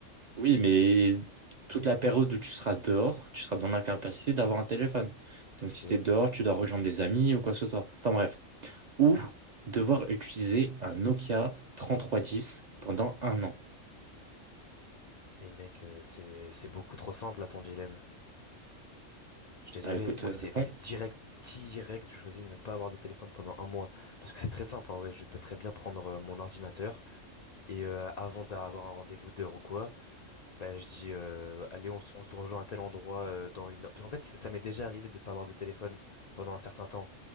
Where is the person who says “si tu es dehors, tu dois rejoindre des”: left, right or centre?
Right